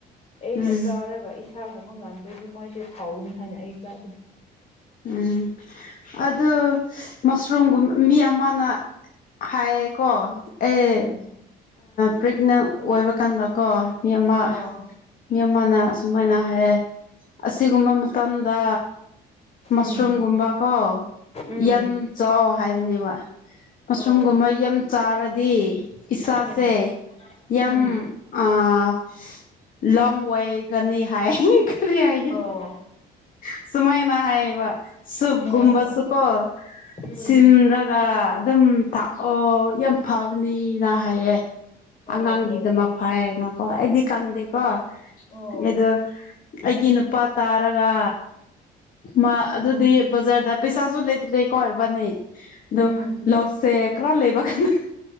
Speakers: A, on the left; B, on the left.
A: ꯑꯩꯅ
B: ꯎꯝ
A: ꯆꯥꯔꯒ ꯏꯁꯥꯒꯨꯝꯕ ꯉꯝꯗꯗꯒꯤ ꯃꯣꯏꯁꯦ ꯐꯥꯎꯅꯤ ꯍꯥꯏꯅ ꯑꯩ ꯆꯥꯗꯦ
B: ꯎꯝ ꯑꯗꯨ ꯃꯁꯔꯨꯝꯒꯨꯝꯕ ꯃꯤ ꯑꯃꯅ ꯍꯥꯏꯌꯦꯀꯣ ꯑꯦ
A: ꯎꯝ
B: ꯄ꯭ꯔꯦꯒꯅꯦꯟ ꯑꯣꯏꯕ ꯀꯥꯟꯗꯀꯣ ꯃꯤ ꯑꯃ
A: ꯑꯣ
B: ꯃꯤ ꯑꯃꯅ ꯑꯁꯨꯃꯥꯏꯅ ꯍꯥꯏꯌꯦ ꯑꯁꯤꯒꯨꯝꯕ ꯃꯇꯝꯗ ꯃꯁꯔꯨꯝꯒꯨꯝꯕ
A: ꯎꯝ
B: ꯀꯣ
A: ꯎꯝ
B: ꯌꯥꯝ ꯆꯥꯎ ꯍꯥꯏꯕꯅꯦꯕ ꯑꯁꯨꯝꯒꯨꯝꯕ
A: ꯑꯣ
B: ꯌꯥꯝ ꯆꯥꯔꯗꯤ ꯏꯁꯥꯁꯦ
A: ꯎꯝ
B: ꯌꯥꯝ
A: ꯎꯝ
B: ꯑꯥ ꯂꯣꯡ ꯋꯥꯏ ꯀꯅꯤ ꯍꯥꯏꯅꯤ ꯍꯥꯏꯒ
A: ꯑꯣ
B: ꯁꯨꯃꯥꯏꯅ ꯍꯥꯏꯌꯦ꯫ ꯁꯨꯞꯒꯨꯝꯕꯁꯨꯀꯣ
A: ꯑꯣ ꯑꯣ ꯎꯝ
B: ꯁꯤꯝꯂꯒ ꯑꯗꯨꯝ꯫ ꯊꯥꯛ ꯑꯣ ꯌꯥꯝ ꯐꯕꯅꯤꯅ ꯍꯥꯏꯌꯦ
A: ꯑꯣ
B: ꯑꯉꯥꯡꯒꯤꯗꯃꯛ
A: ꯑꯣ
B: ꯐꯩꯌꯦꯅ꯫ ꯀꫭ ꯑꯩꯗꯤ ꯈꯪꯗꯦꯀꯣ
A: ꯎꯝ ꯑꯣ
B: ꯑꯗꯣ ꯑꯩꯒꯤ ꯅꯨꯄꯥ ꯇꯥꯔꯒ꯫ ꯃꯥ ꯑꯗꯨꯗꯤ
A: ꯎꯝ
B: ꯕꯖꯥꯔꯗ ꯄꯩꯁꯥꯁꯨ ꯂꯩꯇ꯭ꯔꯦꯀꯣ ꯏꯕꯥꯅꯤ ꯑꯗꯨ
A: ꯎꯝ
B: ꯂꯧꯁꯦ꯫ ꯈꯔ ꯂꯩꯕ ꯀꯥꯟꯗ꯫